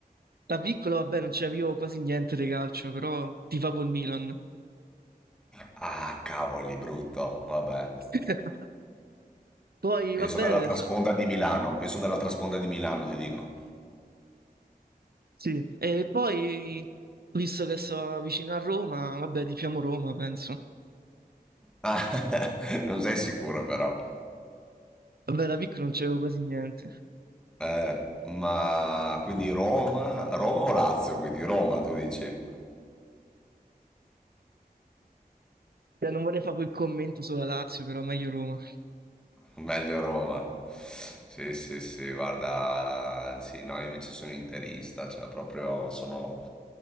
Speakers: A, on the right; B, in the centre.
A: da piccolo vabbè non c'avevo quasi niente di calcio, però tifavo il Milan.
B: Ah, cavoli, brutto. Vabbè.
A: <laughs> Poi
B: Io
A: vabbè,
B: sono dall'altra
A: so-
B: sponda di Milano. Io sono dall'altra sponda di Milano, ti dico.
A: sì, e poi visto che sono vicino a Roma, vabbè tifiamo Roma, penso.
B: Ah, <laughs> non sei sicuro però.
A: Vabbè, da piccolo non c'avevo quasi niente.
B: Eh, ma quindi Roma, Roma o Lazio? Quindi Roma, tu dici?
A: Cioè, non vorrei fare quel commento sulla Lazio, però meglio Roma.
B: Meglio Roma. Sì, sì, sì, guarda, sì, no, io invece sono interista, cioè proprio sono,